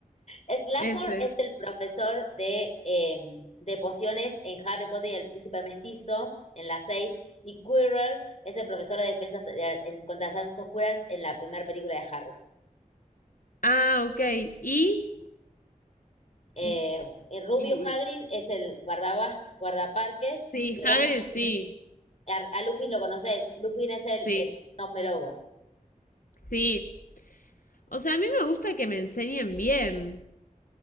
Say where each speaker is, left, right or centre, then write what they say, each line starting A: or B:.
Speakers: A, on the left; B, on the left.
A: Slughorn
B: Ese.
A: es el profesor de, eh, de pociones en Harry Potter y el Príncipe Mestizo, en la seis Y Quirrell es el profesor de defensas de- en, contra las artes oscuras en la primera película de Harry.
B: Ah, ok. ¿Y?
A: Eh,
B: Y,
A: y Rubio
B: y-
A: Hagrid es el guardabas- guardaparques.
B: sí,
A: Y Remus-
B: Hagrid sí.
A: a, a Lupin lo conoces. Lupin es el,
B: Sí.
A: el hombre lobo.
B: Sí. O sea, a mí me gusta que me enseñen bien.